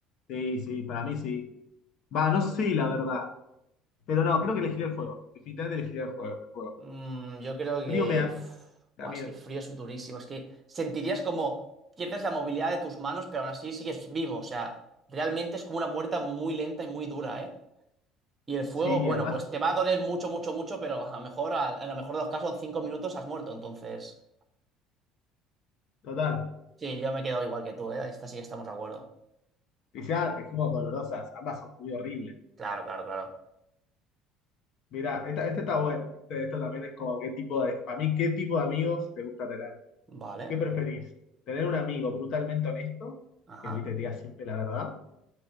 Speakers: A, on the left; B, on the right.
A: Sí, sí, para mí sí. Va, no sé la verdad. Pero no, creo que elegiré el fuego. Definitivamente elegiré el fuego. El fuego.
B: Mm, yo creo
A: El
B: que.
A: frío me da. También.
B: Buah, es que frío es durísimo. Es que sentirías como pierdes la movilidad de tus manos, pero aún así sigues vivo. O sea, realmente es como una muerte muy lenta y muy dura, ¿eh? Y el fuego,
A: Sí,
B: bueno,
A: y además,
B: pues te va a doler mucho, mucho, mucho, pero a lo mejor, a, a lo mejor de los casos, en cinco minutos has muerto. Entonces,
A: total.
B: sí, yo me quedo igual que tú, ¿eh? Esta sí que estamos de acuerdo.
A: Dice, ah, te dijimos dolorosas. Ambas son muy horribles.
B: Claro, claro, claro.
A: Mirá, esta, esta está buena. ¿viste? Esto también es como qué tipo de. Para mí, ¿qué tipo de amigos te gusta tener?
B: Vale.
A: ¿Qué preferís? ¿Tener un amigo brutalmente honesto?
B: Ajá.
A: Que viste, te diga siempre la verdad.